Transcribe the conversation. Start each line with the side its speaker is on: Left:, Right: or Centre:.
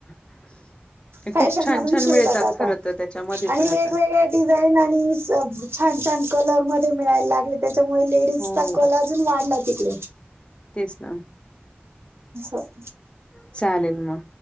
Left: <inaudible>
Right: फॅशन
Left: खूप छान-छान
Right: म्हणून शिवतातं
Left: मिळतात
Right: आता
Left: खरं तर त्याच्यामध्ये
Right: आणि
Left: पण आता.
Right: वेगवेगळे डिझाईन आणि छान छान कलर मध्ये मिळायला लागले त्याच्यामुळे ले डीच
Left: हो,
Right: चा कल अजून वाढलाय तिकडे.
Left: तेच ना.
Right: आस.
Left: चालेल मग.